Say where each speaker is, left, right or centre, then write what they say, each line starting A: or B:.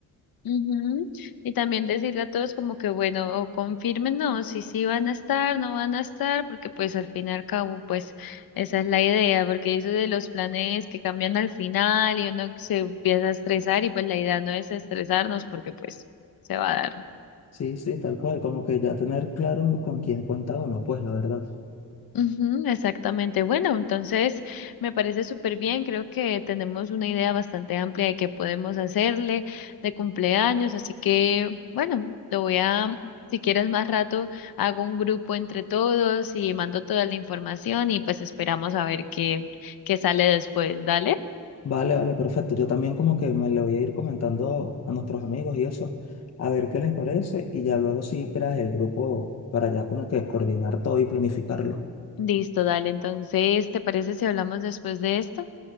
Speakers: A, on the left (about 75°); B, on the left (about 45°).
A: Ujú, Y también decirle a todos como que bueno, o confírmenos si sí van a estar, no van a estar, porque pues al fin y al cabo pues esa es la idea, porque eso de los planes que cambian al final y uno se empieza a estresar y pues la idea no es estresarnos porque pues se va a dar.
B: Sí, sí, tal cual, como que ya tener claro con quién cuenta uno, pues la verdad.
A: Ujú, exactamente. Bueno, entonces me parece súper bien. Creo que tenemos una idea bastante amplia de qué podemos hacerle de cumpleaños. Así que, bueno, lo voy a, si quieres más rato, hago un grupo entre todos y mando toda la información y pues esperamos a ver qué, qué sale después. Dale.
B: Vale, vale, perfecto. Yo también como que me le voy a ir comentando a nuestros amigos y eso, a ver qué les parece y ya luego sí creas el grupo para ya como que coordinar todo y planificarlo.
A: Listo, dale. Entonces, ¿te parece si hablamos después de esto?